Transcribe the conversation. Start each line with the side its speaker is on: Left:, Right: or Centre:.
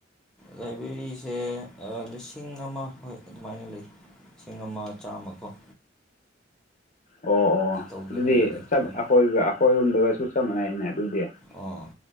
Centre: ꯂꯥꯏꯕꯦꯔꯤꯁꯦ ꯂꯤꯁꯤꯡ ꯑꯃ ꯍꯣꯏ ꯑꯗꯨꯃꯥꯏꯅ ꯂꯩ ꯂꯤꯁꯤꯡ ꯑꯃ ꯆꯥꯝꯃꯀꯣ
Left: ꯑꯣ ꯑꯣ
Centre: ꯇꯧꯒꯦ
Left: ꯑꯗꯨꯗꯤ
Centre: ꯍꯥꯏꯔꯗꯤ
Left: ꯑꯩꯈꯣꯏꯒ
Centre: ꯍꯣꯏ
Left: ꯑꯩꯈꯣꯏꯔꯣꯝꯗꯒꯁꯨ ꯆꯞ ꯃꯥꯟꯅꯩꯅꯦ ꯑꯗꯨꯗꯤ
Centre: ꯑꯣ